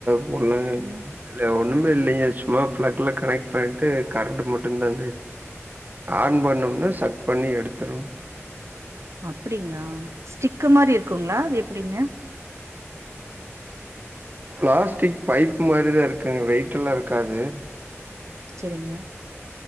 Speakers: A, on the right; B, on the right.
A: போல்லாங்க
B: ம்.
A: இல்ல ஒண்ணுமே இல்லேங்க சும்மா ப்ளக்ல கனெக்ட் பண்ணிட்டு கரண்ட் மட்டுந் தானே ஆன் பண்ணோம்னா சக் பண்ணி எடுத்துரு
B: அப்டிங்ளா ஸ்டிக்கு மாரி இருக்குங்ளா அது எப்டிங்க
A: ப்ளாஸ்டிக் பைப் மாரிதா இருக்குங்க வெயிட்டல்லா இருக்காது
B: செரிங்க